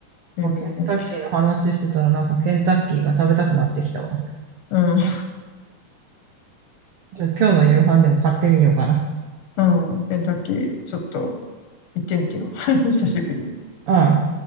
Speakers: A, on the left; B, on the right.
A: えー、
B: まあケンタッキーの話してたらなんかケンタッキーが食べたくなってきたわ。
A: きうん。
B: じゃあ今日の夕飯でも買ってみようかな。
A: うん、ケンタッキー、ちょっと行ってみてよ。<laughs> 久しぶりに。
B: うん。